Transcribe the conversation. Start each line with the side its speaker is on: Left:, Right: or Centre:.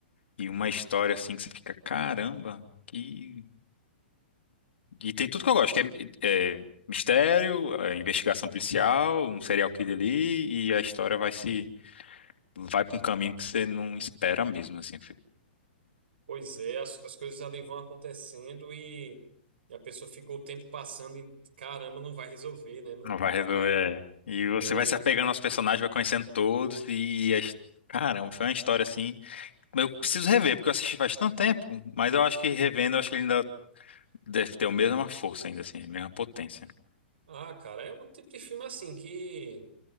Left: e uma história assim que você fica, caramba, que... E tem tudo que eu gosto, que é, é mistério, é investigação policial, um serial killer ali e a história vai se... vai pra um caminho que você não espera mesmo, assim.
Right: Pois é, as, as coisas ali vão acontecendo e, e a pessoa fica o tempo passando e caramba, não vai resolver, né? Não,
Left: Não vai
Right: não
Left: resolver.
Right: vai.
Left: é. E você
Right: É,
Left: vai se apegando aos personagens, vai conhecendo todos e... as- Caramba, foi uma história assim... Eu preciso rever, porque eu assisti faz tanto tempo, mas eu acho que revendo, eu acho que ele ainda deve ter a mesma força ainda, assim, a mesma potência.
Right: Ah, cara, é um tipo de filme assim que